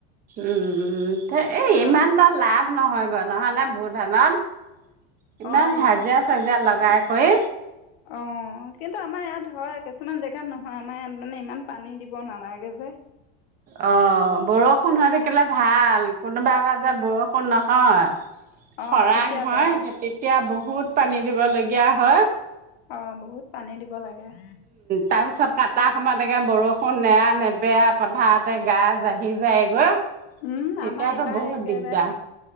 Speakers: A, on the right; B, on the left.
A: উম উম- এই,
B: ৰ'দ
A: ইমানটা লাভ নহয়গৈ নহয় নে বুধানত <unintelligible> ইমান
B: অঁ
A: হাজিৰা-চাজিৰা লগাই কই
B: অ' কিন্তু আমাৰ ইয়াত হয় কিছুমান জেগাত নহয় আমাৰ ইয়াত মানে ইমান পানী দিব নালাগে যে!
A: অ' বৰষুণ হৈ থাকিলে ভাল, কোনোবা এবা যে বৰষুণ নহয়
B: অঁ
A: খৰাং
B: তেতিয়া
A: হয়
B: বেয়া
A: তেতিয়া বহুত বহুত পানী দিবলগীয়া হয়।
B: অ' বহুত পানী দিব লাগে উম উ <inaudible>
A: তাৰ পিছত কটা সময়ত একেবা বৰষুণ নেৰা-নেপেৰা পথাৰতে গা জাহি যায়গৈ।
B: উম
A: তেতিয়াতো
B: আমা ইবা
A: বহুত
B: একেবাৰে
A: দিগদাৰ